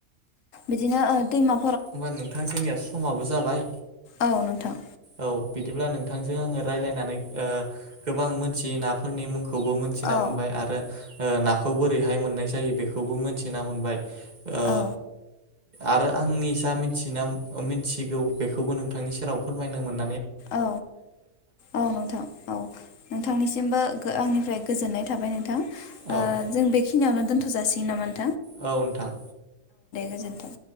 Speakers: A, on the left (about 60°); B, on the right (about 30°).
A: बिदिनो ओ दैमा
B: होमबा नोंथां जोंनिया समाबो जाबाय
A: औ नोंथां
B: औ बि बिदिब्ला नोंथांजों आङो रायलायनानै ओ गोबां मोनथियो नाफोरनि मुं खौबो मोनथिना
A: औ
B: मोनबाय आरो ओ ना खौ बोरैहाय मोननाय जायो बेखौबो मिथिना मोनबाय ओ
A: औ
B: आरो आंनि जा मिथि मिथिगौ बेखौबो नोंथांनि सेराव फोरमायनो मोनो
A: औ औ नोंथां औ नोंथांनिसिमबो आंनिफ्राय गोजोननाय थाबाय नोंथां
B: औ
A: ओ जों बेखिनियावनो दोन्थ' जासि निनामा
B: औ नोंथां
A: गोजोन्थों।